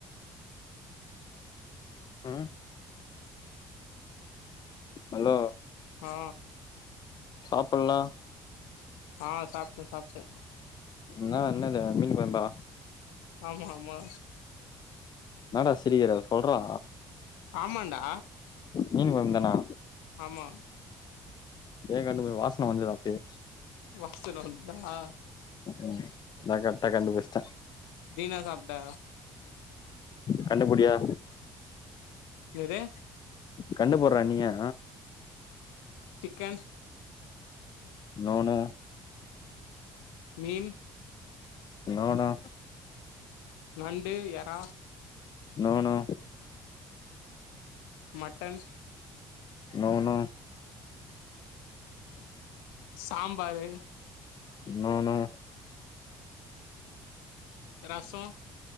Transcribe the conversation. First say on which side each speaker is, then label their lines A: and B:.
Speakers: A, on the left; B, on the left.
A: ம் அலோ
B: ஆ
A: சாப்புல்ல
B: ஆ சாப்ட்டே சாப்ட்டே
A: என்னா என்னது மீன் கொழம்பா
B: ஆமா ஆமா
A: என்னடா சிரிக்கிற சொல்றா
B: ஆமான்டா
A: மீன் கொழம்பு தானா
B: ஆமா
A: ஏ கண்டுக்கு வாசன வந்துது அப்பயே
B: வாசன வந்துதா
A: ம் நா கரெட்டா கண்டுபிடிச்சிட்ட
B: நீ என்னா சாப்ட்ட
A: கண்டுபிடியே
B: எது
A: கண்டு புடுற நீயே
B: சிக்கன்
A: நோ நோ
B: மீன்
A: நோ நோ
B: நண்டு எறா
A: no no
B: mutton
A: no no
B: sambar
A: no no
B: ரசோ